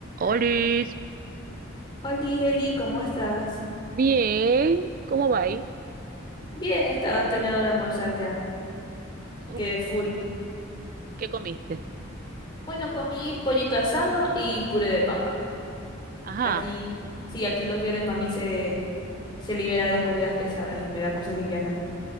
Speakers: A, on the right; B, on the left.
A: Olis,
B: Oli, Heli, ¿cómo estás?
A: Bien, ¿cómo va ahí?
B: Bien, estaba terminando de almorzar ya.
A: ¿Qué comiste?
B: Quedé full.
A: ¿Qué comiste?
B: Bueno, comí pollito asado y puré de papa.
A: Ajá.
B: Aquí, sí, aquí los viernes mami se, se libera de las comidas pesadas y me da cosas livianas.